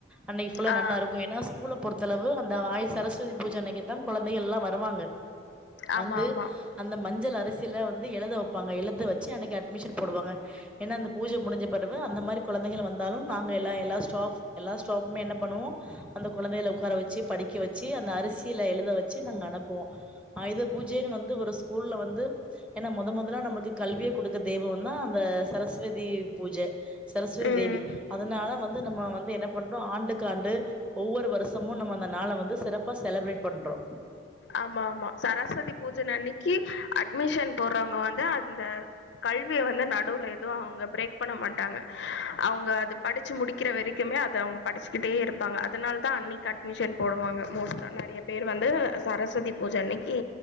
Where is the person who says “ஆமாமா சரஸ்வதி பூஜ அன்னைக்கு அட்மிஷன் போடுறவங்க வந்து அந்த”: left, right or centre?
Left